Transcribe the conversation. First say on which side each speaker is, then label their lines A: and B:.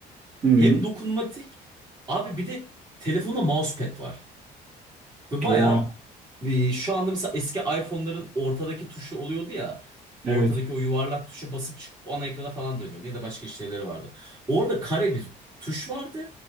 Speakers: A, on the right; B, on the right.
A: Hı hı.
B: hem dokunmatik abi bir de telefonda mousepad var. Ve bayağı
A: Oha
B: e, şu anda mesela eski iPhone'ların ortadaki tuşu oluyordu ya. Ortadaki
A: evet.
B: o yuvarlak tuşa basıp çık ana ekrana falan dönüyordu ya da başka işlevleri vardı. Orada kare bir tuş vardı